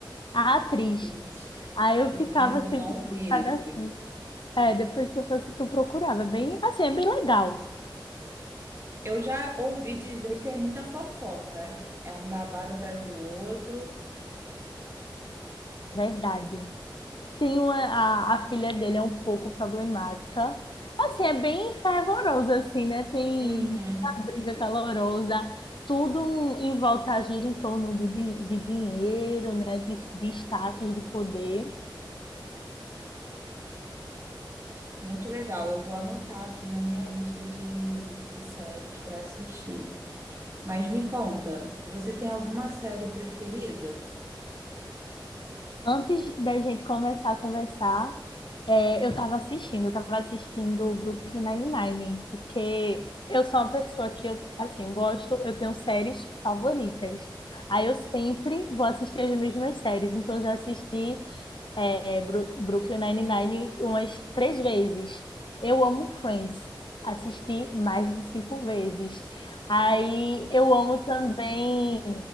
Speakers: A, on the left (about 70°); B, on the right (about 35°).
A: a atriz.
B: Ai, Cris.
A: Aí eu
B: Menino,
A: ficava
B: eu
A: sempre
B: não vi
A: chocada assim.
B: esse.
A: É, depois que eu fosse, tu procurava. é Bem, assim, é bem legal,
B: Eu já ouvi dizer que tem muita fofoca. É um babado atrás do outro.
A: verdade. Tem uma, a, a filha dele é um pouco problemática. Assim, é bem fervorosa, assim, né? Tem
B: Uhum.
A: muita briga calorosa, tudo em volta gira em torno do, di- de dinheiro, né? De, de status, de poder.
B: Muito legal. Eu vou anotar aqui na minha lista de, de séries para assistir. Mas me conta, você tem alguma série preferida?
A: Antes da gente começar a conversar, é, eu estava assistindo, eu estava assistindo o Brooklyn Nine-Nine, porque eu sou uma pessoa que, eu, assim, eu gosto, eu tenho séries favoritas. Aí eu sempre vou assistir as mesmas séries, então eu já assisti é, Bru- Brooklyn Nine-Nine umas três vezes. Eu amo Friends. Assisti mais de cinco vezes. Aí eu amo também.